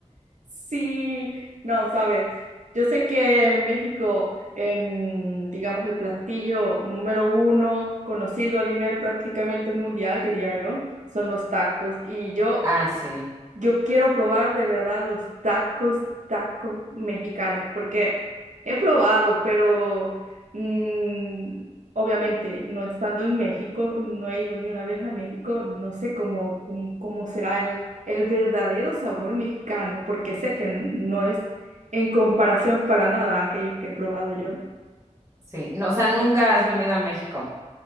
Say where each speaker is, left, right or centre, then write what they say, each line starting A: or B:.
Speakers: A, on the right; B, on the right.
A: Sí, no, sabes, yo sé que en México, em, digamos, el platillo número uno conocido a nivel prácticamente mundial, diría yo, son los tacos. Y yo
B: Ah, sí,
A: yo quiero probar de verdad los tacos, tacos mexicanos, porque he probado, pero mm, obviamente no estando en México, no he ido ni una vez a México, no sé cómo, cómo, cómo será el, el verdadero sabor mexicano, porque sé que no es en comparación para nada a aquellos que he probado yo.
B: sí. No, o sea, nunca has venido a México.